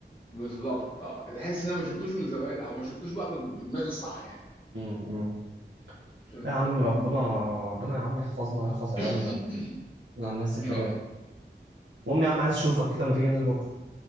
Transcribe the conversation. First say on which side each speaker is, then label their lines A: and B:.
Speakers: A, on the left; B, on the right.
A: بالظبط اه تحس ان انا ما شفتوش من زمان او ما شفتوش بقى بد- بدماغي الصح يعني
B: امم
A: فهمت
B: يا عم
A: قصدي
B: ربنا ربنا يا عم يحفظنا ويحفظ عيالنا
A: <clears throat>
B: ويجعلنا على السكه
A: <coughs> اه
B: دي يا عم المهم يا عم عايز اشوفك كده ما تيجي ننزل بكره